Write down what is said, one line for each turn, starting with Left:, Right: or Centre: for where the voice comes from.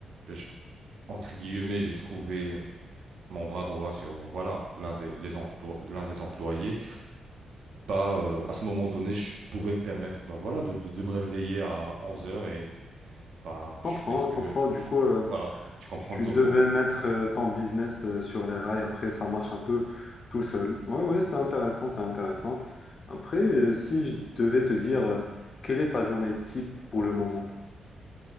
Right: bah, je- entre guillemets, j'ai trouvé mon bras droit sur voilà, l'un des, les emplo- l'un des employés, pas, euh, à ce moment donné, je pouvais me permettre bah, voilà, de, de- de me réveiller à onze heures et bah, je
Left: Je comprends,
Right: fais ce que
Left: je comprends.
Right: tu,
Left: Du
Right: tu-
Left: coup, euh,
Right: Voilà, tu comprends
Left: tu
Right: le topo,
Left: devais
Right: quoi.
Left: mettre euh, ton business euh, sur les rails. Après, ça marche un peu tout seul. Oui, oui, c'est intéressant, c'est intéressant. Après, euh, si je devais te dire, euh, quelle est ta journée type pour le moment?